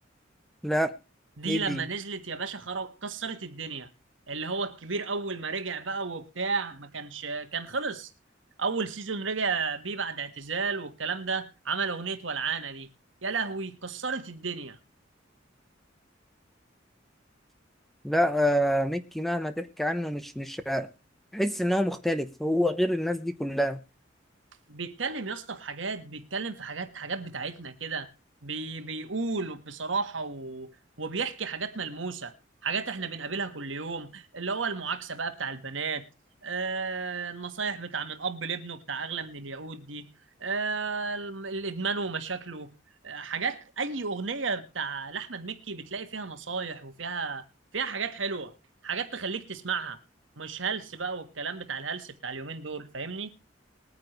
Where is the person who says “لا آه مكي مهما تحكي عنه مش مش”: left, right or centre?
Centre